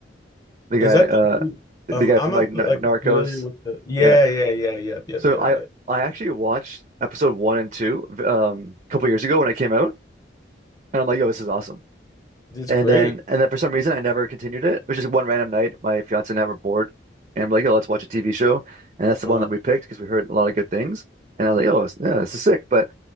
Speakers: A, on the right; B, on the left.
A: The guy,
B: Is that
A: uh,
B: the dude?
A: the
B: Um,
A: guy
B: I'm
A: from
B: not
A: like N
B: like
A: Narcos.
B: familiar with the. Yeah,
A: Yeah.
B: yeah, yeah, yep, yep,
A: So
B: yep,
A: I
B: yep.
A: I actually watched episode one and two um a couple years ago when it came out, and I'm like, yo, this is awesome.
B: It's
A: And
B: great.
A: then and then for some reason I never continued it. It was just one random night. My fiance and I were bored, and I'm like, yo, let's watch a TV show, and that's the
B: Um,
A: one that we picked because we heard a lot of good things. And I was like, oh, this- yeah, this is sick. But